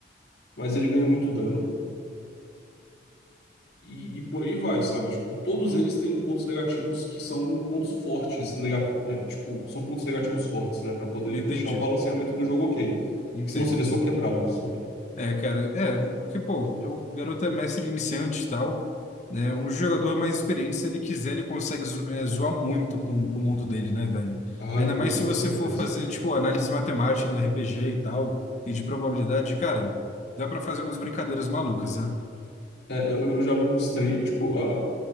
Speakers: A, on the left; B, on the left.
A: mas ele ganha muito dano. E, e por aí vai, sabe? Tipo, todos eles têm pontos negativos que são pontos fortes, nega, né? Tipo, são pontos negativos fortes, né? Pra poder
B: Entendi.
A: deixar o balanceamento do jogo ok.
B: Entendo.
A: Que senão seria só quebrado, sabe?
B: É, cara, é, porque, pô, o garoto é mestre iniciante e tal, né? Um jogador mais experiente, se ele quiser, ele consegue zo- é, zoar muito com, com o mundo dele, né, velho?
A: Ah,
B: Ainda
A: com
B: mais
A: toda
B: se você
A: certeza.
B: for fazer, tipo, análise matemática do RPG e tal, e de probabilidade, cara, dá pra fazer umas brincadeiras malucas, né?
A: É, eu eu já mostrei, tipo, ah,